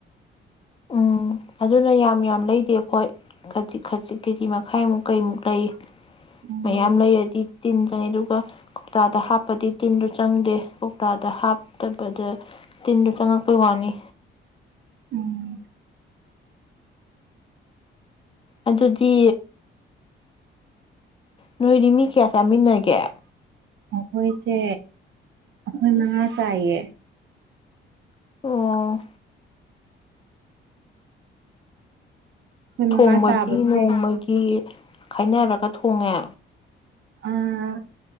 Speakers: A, on the left (about 25°); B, on the right (about 65°).
A: ꯎꯝ ꯑꯗꯨꯅ ꯌꯥꯝ ꯌꯥꯝ ꯂꯩꯗꯦ ꯑꯩꯈꯣꯏ ꯈꯖꯤꯛ ꯈꯖꯤꯛ ꯀꯦꯖꯤ ꯃꯈꯥꯏꯃꯨꯛ ꯀꯩꯃꯨꯛ ꯂꯩꯌꯦ
B: ꯎꯝ
A: ꯃꯌꯥꯝ ꯂꯩꯔꯗꯤ ꯇꯤꯟ ꯆꯥꯏ ꯑꯗꯨꯒ ꯀꯣꯛꯇꯥꯗ ꯍꯥꯞꯄꯗꯤ ꯇꯤꯟꯗꯨ ꯆꯪꯗꯦ ꯀꯣꯛꯇꯥꯗ ꯍꯥꯞꯇꯕꯗ ꯇꯤꯟꯗꯨ ꯆꯪꯉꯛꯄꯩ ꯋꯥꯅꯤ꯫
B: ꯎꯝ
A: ꯑꯗꯨꯗꯤ ꯅꯣꯏꯗꯤ ꯃꯤ ꯀꯌꯥ ꯆꯥꯃꯤꯟꯅꯒꯦ
B: ꯑꯈꯣꯏꯁꯦ ꯑꯈꯣꯏ ꯃꯉꯥ ꯆꯥꯏꯌꯦ꯫
A: ꯑꯣ ꯊꯣꯡꯕꯗꯤ
B: ꯃꯉꯥ ꯆꯥꯕꯁꯦ
A: ꯅꯣꯡꯃꯒꯤ ꯈꯥꯏꯅꯔꯒ ꯊꯣꯡꯉꯦ
B: ꯑꯥ